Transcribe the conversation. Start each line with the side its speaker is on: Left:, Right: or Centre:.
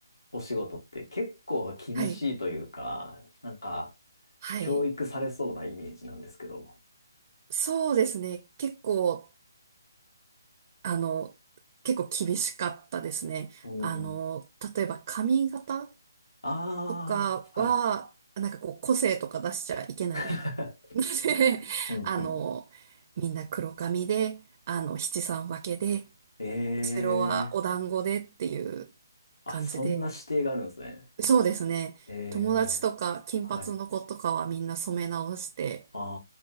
Left: お仕事って結構厳しいというか、
Right: はい、
Left: なんか、
Right: はい。
Left: 教育されそうなイメージなんですけど。
Right: そうですね。結構、あの、結構厳しかったですね。
Left: うん
Right: あの、例えば髪型
Left: ああ、
Right: とかは、
Left: はい。
Right: なんかこう個性とか出しちゃいけない
Left: <laughs>
Right: ので、<laughs>
Left: うんうん。
Right: あの、みんな黒髪で、あの、七三分けで、
Left: ええ
Right: 後ろはお団子でっていう
Left: あ、
Right: 感じで、
Left: そんな指定があるんですね。
Right: そうですね。
Left: ええ
Right: 友達とか金髪の子とかはみんな染め直して、
Left: はい。ああ、